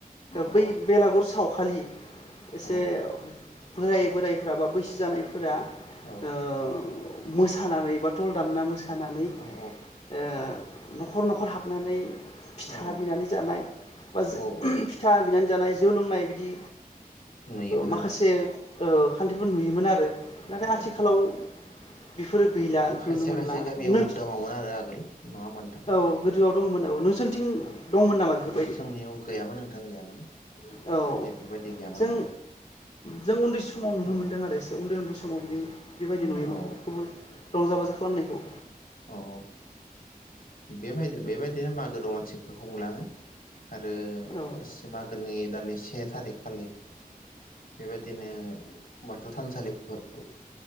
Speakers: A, on the left; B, on the left.
A: औ
B: बै बेलागुर सावखालि एसे-
A: औ
B: बोराय बोरायफोरा बा बैसो जानायफोरा ओ
A: औ
B: मोसानानै बा दल दामना मो सानानै ओ
A: औ
B: न'खर न'खर हाब नानै फिथा
A: औ
B: बिनानै जानाय बा
A: औ औ औ
B: फिथा बिना जानाय जौ लोंनाय बि
A: नुयोमोन
B: माखासे
A: आरो
B: खान्थिफोर नुयोमोन आरो नाथाय
A: अ
B: आथिखालाव बेफोरो गैला
A: औ खायसे खायसे
B: मोनला
A: गामियाव
B: नों
A: दङमोन आरो आगोल नङा होमबा नोंथां
B: औ गोदोआव दंमोन औ नोंसोरनिथिं
A: औ
B: दंमोन नामा बेफोरबायदि
A: जोंनियाव गैयामोन नोंथां गैयामोन
B: औ
A: बेफोरबायदि गैयामोन
B: जों
A: आरो
B: जों उन्दै सम समाव नुनो
A: औ
B: मोनदों आरो एसे उन्दै उन्दै समाव बिदि बेबायदि
A: औ
B: नुयोमोनबो रंजा बाजा खालामनायखौ
A: औ औ बेबाय बेबायदिनो मागो दं मानसि बे हुंलाङो आरो
B: औ
A: सिमागोनि दान से थारिक खालि बेबायदिनो बाथौ थानसालिफोराव